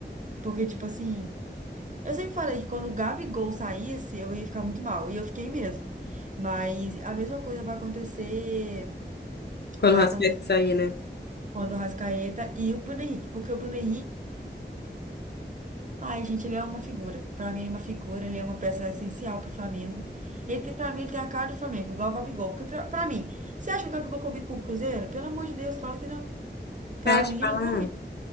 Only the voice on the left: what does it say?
Quando
o Rascaeta
sair, né?
Cara, te
falar,